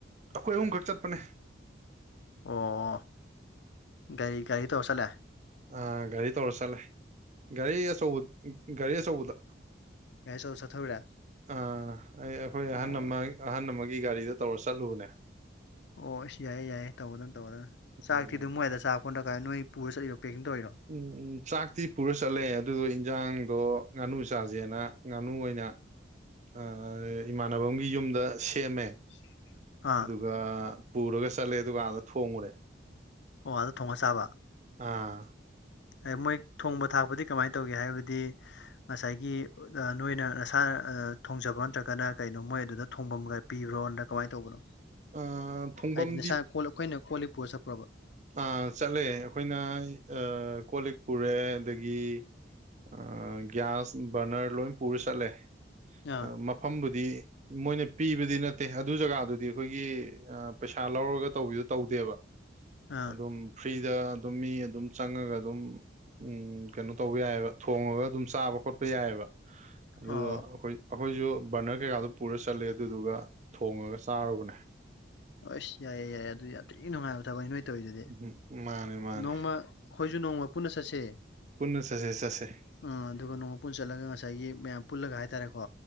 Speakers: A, on the right; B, on the left.
A: ꯑꯈꯣꯏ ꯑꯍꯨꯝ ꯈꯛ ꯆꯠꯄꯅꯦ꯫
B: ꯑꯣ ꯒꯥꯔꯤ ꯒꯥꯔꯤ ꯇꯧꯔ ꯆꯠꯂꯦ꯫
A: ꯑꯥ ꯒꯥꯔꯤ ꯇꯧꯔ ꯆꯠꯂꯦ ꯒꯥꯔꯤ ꯑꯆꯧꯕ ꯒꯥꯔꯤ ꯑꯆꯧꯕꯗ꯫
B: ꯒꯥꯔꯤ ꯑꯆꯧꯕ ꯆꯠꯊꯔꯨꯔꯦ
A: ꯑ ꯑꯩ ꯑꯩꯈꯣꯏ ꯑꯍꯟ
B: ꯑꯣ
A: ꯑꯃ ꯑꯍꯟ ꯑꯃꯒꯤ ꯒꯥꯔꯤꯗ ꯇꯧꯔ ꯆꯠꯂꯨꯕꯅꯦ꯫
B: ꯑꯣ ꯑꯁ ꯌꯥꯏꯌꯦ ꯌꯥꯏꯌꯦ ꯇꯧꯒꯗꯃꯤ ꯇꯧꯒꯗꯃꯤ ꯆꯥꯛꯇꯤ
A: ꯎꯝ
B: ꯑꯗꯨꯝ ꯃꯣꯏ ꯑꯗ ꯆꯥꯔꯛꯄꯣꯗ ꯅꯠꯇ꯭ꯔꯒꯅ ꯀꯥꯢꯅ ꯅꯣꯏ ꯄꯨꯔ ꯆꯠꯂꯤꯔꯣ ꯄꯦꯛꯀꯤꯡ ꯇꯧꯔꯤꯔꯣ꯫
A: ꯎꯝ ꯎꯝ ꯆꯥꯛꯇꯤ ꯄꯨꯔ ꯆꯠꯂꯦ ꯑꯗꯨꯗꯣ ꯏꯟꯖꯥꯡꯗꯣ ꯉꯥꯅꯨ ꯆꯥꯖꯦꯅ ꯉꯥꯅꯨ ꯑꯣꯏꯅ ꯑ-ꯑ ꯏꯃꯥꯟꯅꯕꯝꯒꯤ ꯌꯨꯝꯗ ꯁꯦꯝꯃꯦ꯫
B: ꯁꯦꯝꯃꯦ ꯑꯥ
A: ꯒꯥ ꯄꯨꯔꯒ ꯆꯠꯂꯦ ꯑꯗꯨꯒ ꯑꯥꯗ ꯊꯣꯡꯉꯨꯔꯦ꯫
B: ꯑꯣ ꯑꯥꯗ ꯊꯣꯡꯉ ꯆꯥꯕ
A: ꯑꯥ
B: ꯑꯦ ꯃꯣꯏ ꯊꯣꯡꯕ ꯊꯥꯛꯄꯗꯤ ꯀꯃꯥꯏ ꯇꯧꯒꯦ ꯍꯥꯏꯕꯗꯤ ꯉꯁꯥꯏꯒꯤ ꯑ ꯅꯣꯏꯅ ꯅꯁꯥ ꯊꯣꯡꯖꯕꯥ ꯅꯠꯇ꯭ꯔꯒꯅ ꯀꯩꯅꯣ ꯃꯣꯏ ꯑꯗꯨꯗ ꯊꯣꯡꯐꯝꯒꯥ ꯄꯤꯕ꯭ꯔꯣ ꯑꯟꯇ ꯀꯃꯥꯏꯅ ꯇꯧꯕꯅꯣ
A: ꯑꯥ ꯊꯣꯡꯐꯝꯗꯤ
B: ꯍꯥꯏꯗꯤ ꯅꯁꯥ ꯀꯣꯜ ꯑꯈꯣꯏꯅ ꯀꯣꯜ ꯂꯤꯛ ꯄꯨꯔꯒ ꯆꯠꯄ꯭ꯔꯣꯕ꯫
A: ꯑ ꯆꯠꯂꯦ ꯑꯈꯣꯏꯅ ꯑ ꯀꯣꯜ ꯂꯤꯛ ꯄꯨꯔꯦ ꯑꯗꯒꯤ ꯑ ꯒ꯭ꯌꯥꯁ ꯕꯔꯅꯔ ꯂꯣꯏ ꯄꯨꯔ ꯆꯠꯂꯦ꯫
B: ꯑꯥ
A: ꯑ ꯃꯐꯝꯕꯨꯗꯤ ꯃꯣꯏꯅ ꯄꯤꯕꯗꯤ ꯅꯠꯇꯦ ꯑꯗꯨ ꯖꯒꯥꯗꯨꯗꯤ ꯈꯣꯏꯒꯤ ꯑ ꯄꯩꯁꯥ ꯂꯧꯔꯒ ꯇꯧꯕꯤꯗꯣ ꯇꯧꯗꯦꯕ
B: ꯑꯥ
A: ꯑꯗꯨꯝ ꯐ꯭ꯔꯤꯗ ꯑꯗꯨꯝ ꯃꯤ ꯑꯗꯨꯝ ꯆꯪꯉꯒ ꯑꯗꯨꯝ ꯎꯝ ꯀꯩꯅꯣ ꯇꯧꯕ ꯌꯥꯏꯌꯦꯕ ꯊꯣꯡꯉꯒ ꯑꯗꯨꯝ ꯆꯥꯕ ꯈꯣꯠꯄ ꯌꯥꯏꯌꯦꯕ꯫ ꯑꯗꯨꯗꯣ
B: ꯑꯣ
A: ꯑꯈꯣꯏ ꯑꯈꯣꯏꯁꯨ ꯕꯔꯅꯔ ꯀꯩꯀꯥꯗꯣ ꯄꯨꯔ ꯆꯠꯂꯦ ꯑꯗꯨꯗꯨꯒ ꯊꯣꯡꯉꯒ ꯆꯥꯔꯨꯕꯅꯦ꯫
B: ꯑꯧꯁ ꯌꯥꯏꯌꯦ ꯌꯥꯏꯌꯦ ꯑꯗꯨ ꯌꯥꯝ ꯊꯤ ꯅꯨꯡꯉꯥꯏꯕ ꯊꯕꯛ ꯅꯣꯏ ꯇꯧꯋꯤꯗꯨꯗꯤ
A: ꯎꯝ ꯃꯥꯅꯦ ꯃꯥꯅꯦ
B: ꯅꯣꯡꯃ ꯈꯣꯏꯖꯨ ꯅꯣꯡꯃ ꯄꯨꯟꯅ ꯆꯠꯁꯦ꯫
A: ꯄꯨꯟꯅ ꯆꯁꯦ ꯆꯠꯁꯦ
B: ꯑꯥ ꯑꯗꯨꯒ ꯅꯣꯡꯃ ꯄꯨꯟ ꯆꯠꯂꯒ ꯉꯁꯥꯏꯒꯤ ꯃꯌꯥꯝ ꯄꯨꯜꯂꯒ ꯍꯥꯏꯇꯥꯔꯦꯀꯣ꯫